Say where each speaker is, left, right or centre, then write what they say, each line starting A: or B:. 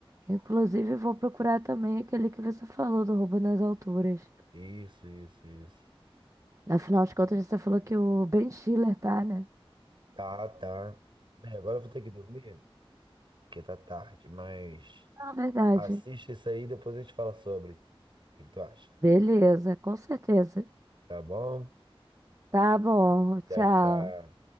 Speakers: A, on the right; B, on the right.
A: Inclusive, vou procurar também aquele que você falou do Roubo nas Alturas.
B: Isso, isso, isso.
A: Afinal de contas, você falou que o Ben Stiller tá, né?
B: Tá, tá. Bem, agora eu vou ter que dormir, porque tá tarde, mas
A: Não, verdade.
B: assista isso aí e depois a gente fala sobre. O que que tu acha?
A: Beleza, com certeza.
B: Tá bom?
A: Tá bom, tchau.
B: Tchau, tchau.